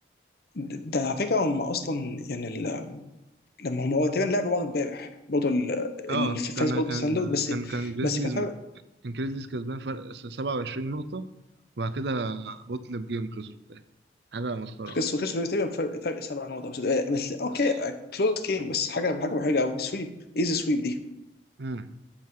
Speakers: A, on the left (about 60°); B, on the right (about 65°).
A: ده على فكره هم اصلا يعني ال- لما هم هو تقريبا لعبوا بعض امبارح برضه ال-
B: اه
A: اللي فاز
B: كان
A: برضه
B: كان
A: ساندو بس
B: كان كان جريزليز
A: بس كان فرق
B: مت- كان جريزليز كسبان فرق س- 27 نقطة وبعد كده بطل جيم خسر في الآخر حاجة مسخرة
A: خسروا
B: والله
A: خسروا تقريبا فرق فرق سبع نقط أو ست- آه، بس اوكي
B: بس
A: كلوز جيم بس حاجه حاجه حلوه قوي سويب ايزي سويب دي
B: امم